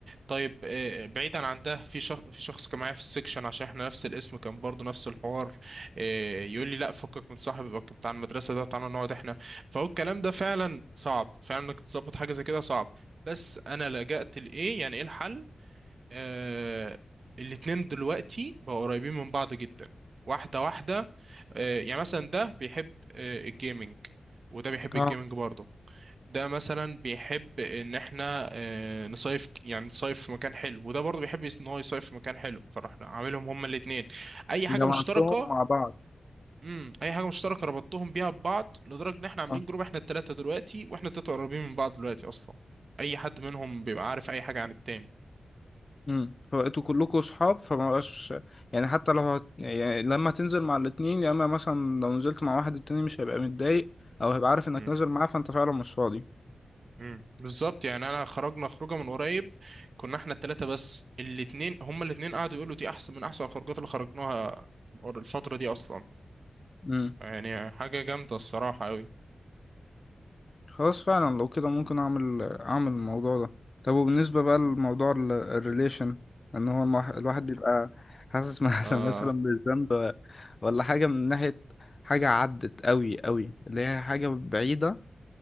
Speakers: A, on the right; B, on the left.
A: طيب آه، بعيدا عن ده في شخص في شخص كان معايا في السكشن عشان احنا نفس الاسم كان برضو نفس الحوار آه، يقول لي لا فكك من صاحبك بتاع المدرسه ده تعالى نقعد احنا فهو الكلام ده فعلا صعب فعلا انك تظبط حاجه زي كده صعب بس انا لجأت لايه يعني ايه الحل آه الاتنين دلوقتي بقوا قريبين من بعض جدا واحده واحده آه، يعني مثلا ده بيحب آه، الجيمنج وده بيحب
B: اه
A: الجيمنج برضه ده مثلا بيحب ان احنا آه، نصيف ك- يعني نصيف في مكان حلو وده برضه بيحب يس- ان هو يصيف في مكان حلو فرحنا عاملهم هما الاثنين اي حاجه
B: جمعتهم
A: مشتركه
B: مع بعض
A: امم اي حاجه مشتركه ربطتهم بيها ببعض لدرجه ان احنا عاملين
B: اه
A: جروب احنا الثلاثه دلوقتي واحنا الثلاثه قريبين من بعض دلوقتي اصلا اي حد منهم بيبقى عارف اي حاجه عن التاني
B: امم فبقيتوا كلكم صحاب فما بقاش يعني حتى لو هت... يعني لما تنزل مع الاتنين يا اما مثلا لو نزلت مع واحد التاني مش هيبقى متضايق او هيبقى عارف انك
A: امم
B: نازل معاه فانت فعلا مش فاضي
A: امم بالظبط يعني انا خرجنا خروجه من قريب كنا احنا الثلاثه بس الاثنين هما الاثنين قعدوا يقولوا دي احسن من احسن الخروجات اللي خرجناها من قر- الفتره دي اصلا
B: امم
A: يعني حاجة جامدة الصراحة أوي
B: خلاص فعلا لو كده ممكن اعمل اعمل الموضوع ده طب وبالنسبة بقى لموضوع
A: مم.
B: ال- الريليشن ان هو المح... الواحد بيبقى حاسس <laughs> مثلا
A: آه
B: مثلا بالذنب ولا حاجة من ناحية حاجة عدت قوي قوي اللي هي حاجة بعيدة